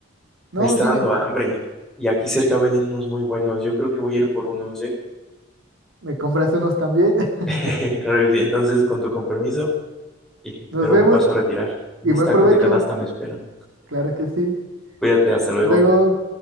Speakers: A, on the right; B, in the centre.
A: No,
B: Me está
A: dime,
B: dando hambre. Y aquí cerca venden unos muy buenos. Yo creo que voy a ir por unos, ¿eh?
A: ¿me compras unos también? <laughs>
B: <laughs> Claro que sí. Entonces, con tu compromiso, y-
A: Nos
B: pero
A: vemos
B: me paso a retirar. Mis
A: y buen
B: tacos
A: provecho,
B: de canasta me esperan.
A: claro que sí.
B: Cuídate, hasta luego.
A: Hasta luego.